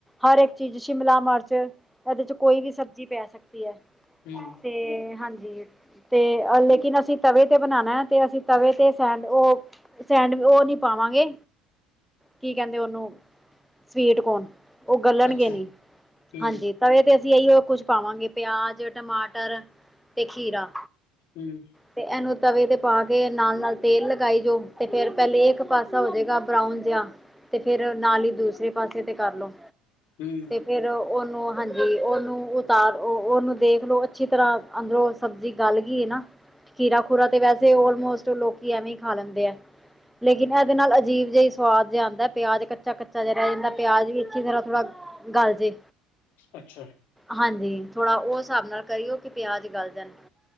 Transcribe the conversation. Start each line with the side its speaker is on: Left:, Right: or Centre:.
Centre: ਹਰ ਇੱਕ ਚੀਜ਼ ਸ਼ਿਮਲਾ ਮਿਰਚ ਇਹਦੇ ਚ ਕੋਈ ਵੀ ਸਬਜ਼ੀ ਪੈ ਸਕਦੀ ਹੈ।
Left: ਹਮ
Centre: ਤੇ ਹਾਂਜੀ। ਤੇ ਲੇਕਿਨ ਅਸੀਂ ਤਵੇ ਤੇ ਬਣਾਉਣਾ ਹੈ, ਤੇ ਅਸੀਂ ਤਵੇ ਤੇ ਸਡ ਉਹ ਸੈਂਡ ਉਹ ਨੀ ਪਾਵਾਂਗੇ ਕੀ ਕਹਿੰਦੇ ਉਹਨੂੰ ਸਵੀਟ ਕੌਣ ਉਹ ਗੱਲਣਗੇ
Left: ਅੱਛਾ
Centre: ਨੀ
Left: ਹੂੰ
Centre: ਹਾਂਜੀ ਤਵੇ ਤੇ ਅਸੀਂ ਇਹੀਓ ਕੁਛ ਪਾਵਾਂਗੇ ਪਿਆਜ ਟਮਾਟਰ ਤੇ ਖੀਰਾ
Left: ਹਮ <unintelligible>
Centre: ਤੇ ਇਨੂੰ ਤਵੇ ਤੇ ਪਾ ਕੇ ਨਾਲ ਨਾਲ ਤੇਲ ਲਗਾਈ ਜੋ ਤੇ ਫੇਰ ਪੇਹਲੇ ਇੱਕ ਪਾਸੇ ਹੋ ਜੇਗਾ ਬਰਾਉਨ ਜਿਆ ਤੇ ਫੇਰ ਨਾਲ ਈ ਦੂਸਰੇ ਪਾਸੇ ਤੇ ਕਰਲੋ
Left: ਹੂੰ
Centre: ਫੇਰ ਉਨੂੰ ਹਾਂਜੀ ਉਨੂੰ ਓ ਓਨੂੰ ਦੇਖਲੋ ਅੱਛੀ ਤਰ੍ਹਾਂ ਅੰਦਰੋਂ ਸਬਜ਼ੀ ਗਲ ਗੀ ਏ ਨਾ ਖੀਰਾ ਖੂਰਾ ਤੇ ਵੈਸੇ ਅੋਲਮੋਸਟ ਲੋਕੀ ਐਵੇਂ ਈ ਖਾ ਲੈਂਦੇ ਆ। ਲੇਕਿਨ ਇਹਦੇ ਨਾਲ ਅਜੀਬ ਜੇਆ ਸਵਾਦ ਜਿਆ ਆਂਦਾ ਏ ਪਿਆਜ ਕੱਚਾ ਕੱਚਾ ਜਿਆ ਰੇ ਜਾਂਦਾ ਪਿਆਜ ਵੀ ਅਛੀ ਤਰ੍ਹਾਂ ਥੋੜਾ ਗੱਲ ਜੈ
Left: ਅੱਛਾ
Centre: ਹਾਂਜੀ ਥੋੜਾ ਉ ਸਾਬ ਨਾਲ ਕਰਿਓ ਕਿ ਪਿਆਜ ਗਲ ਜਾਣ